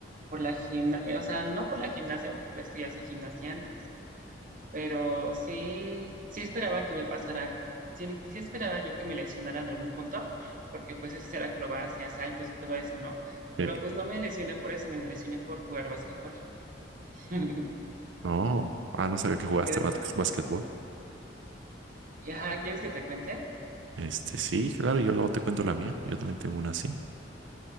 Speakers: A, on the right; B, on the right.
A: por la gimnasia, o sea, no por la gimnasia porque ves que yo hacía gimnasia antes, pero sí, sí esperaba que me pasara, sí, sí esperaba yo que me lesionara en algún punto, porque pues es hacer acrobacias, saltos y todo eso, ¿no?
B: sí.
A: Pero pues no me lesioné por eso, me lesioné por jugar básquetbol. <laughs>
B: No, ah, no sabía que jugaste
A: ¿Quieres
B: bas- básquetbol.
A: ajá, ¿quieres que te cuente?
B: Este, sí, claro, yo luego te cuento la mía, yo también tengo una así.